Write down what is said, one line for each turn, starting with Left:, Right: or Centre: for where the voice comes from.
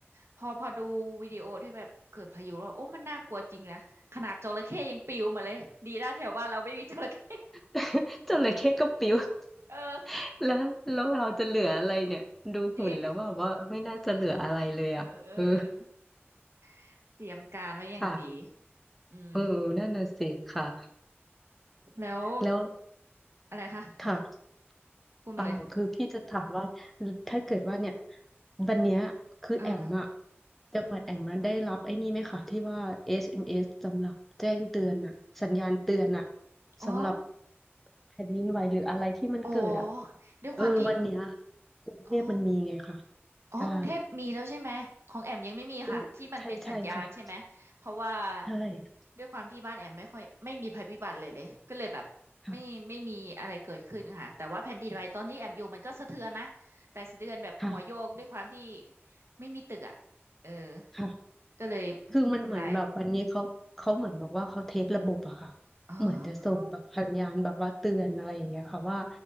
Right: พอพอดูวิดีโอที่แบบเกิดพายุแล้วโอ้มันน่ากลัวจริงนะขนาดจระเข้ยังปลิวมาเลยดีนะแถวบ้านเราไม่มีจระเข้
Centre: <laughs> จระเข้ก็ปิว
Right: <laughs> เออ
Centre: <laughs> แล้วแล้วเราจะเหลืออะไรเนี่ยดูหุ่นแล้วว่าว่าไม่น่าจะเหลืออะไรเลยอ่ะเออ
Right: จริงเออเออเออ <laughs> เตรียมการไว้อย่างดี
Centre: <laughs> ค่ะ
Right: อืม
Centre: เออนั่นน่ะสิค่ะ
Right: แล้ว
Centre: แล้ว
Right: อะไรคะ
Centre: ค่ะ
Right: พูดมาเลย
Centre: เปล่าคือพี่จะถามว่าถ้าเกิดว่าเนี่ยวันเนี้ยคือแอมอะ
Right: เอ
Centre: จังหวัดแอมมาได้รับไอ้นี่ไหมคะที่ว่า SMS สเอ็มเอสสำหรับแจ้งเตือนอะสัญญาณเตือนอะ
Right: ออ๋อ
Centre: สำหรับแผ่นดินไหวหรืออะไรที่มันเกิดอะ
Right: โอ้ด้วยความที่
Centre: เออวันเนี้ยกรุงเทพมันมีไงค่ะ
Right: อ๋ออ๋อกรุงเทพมีแล้วใช่ไหม
Centre: ใช่
Right: ของแอมยังไม่มีค่ะที่มันเป็นสัญญาณใช่ไหม
Centre: กรุงใช่ใช่ค่ะ
Right: เพราะว่า
Centre: ใช่
Right: ด้วยความที่บ้านแอมไม่ค่อยไม่มีภัยพิบัติเลยเลยก็เลยแบบไม่ไม่มีอะไรเกิดขึ้นค่ะแต่ว่าแผ่นดินไหวตอนที่แอมอยู่มันก็สะเทือนนะแต่สะเทือนแบบหัวโยกด้วยความที่
Centre: ค่ะค่ะ
Right: ไม่มีตึกอ่ะเออ
Centre: ค่ะ
Right: ก็เลยไม่เป็นไร
Centre: คือมันเหมือนแบบวันนี้เขาเขาเหมือนแบบว่าเขาเทสระบบอะค่ะ
Right: อ๋
Centre: เหมือนจะส่งแบบสัญญาณแบบว่าเตือนอะไรอย่างเงี้ยค่ะว่า
Right: อ